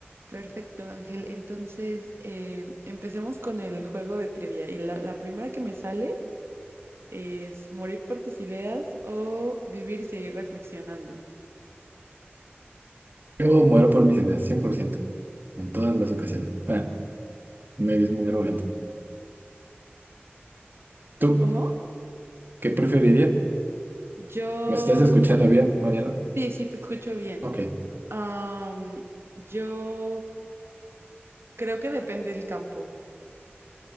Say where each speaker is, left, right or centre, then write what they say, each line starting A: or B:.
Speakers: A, on the right; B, on the right.
A: Perfecto, Ángel. Entonces, eh, empecemos con el juego de trivia. Y la, la primera que me sale es morir por tus ideas o vivir y seguir reflexionando.
B: Yo muero por mis ideas, 100%, en todas las ocasiones. Bueno, me ves muy arrogante. ¿Tú
A: ¿Cómo?
B: qué preferirías?
A: Yo,
B: ¿Me estás escuchando bien, Mariana?
A: sí, sí, te escucho bien.
B: Ok,
A: Am, yo creo que depende del campo.